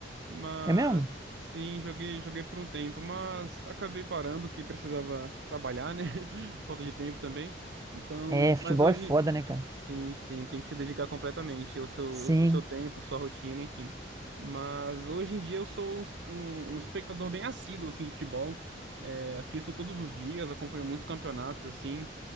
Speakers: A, on the right; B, on the right.
A: mas
B: É mesmo?
A: sim, joguei, joguei por um tempo, mas acabei parando que precisava trabalhar, né? <laughs> Falta de tempo também. Então,
B: É, futebol
A: mas hoje,
B: é foda, né, cara?
A: sim, sim, tem que se dedicar completamente, o seu,
B: Sim.
A: o seu tempo, sua rotina, enfim. Mas hoje em dia eu sou um, um- um espectador bem assíduo, assim, de futebol. É, assisto todos os dias, acompanho muitos campeonatos, assim.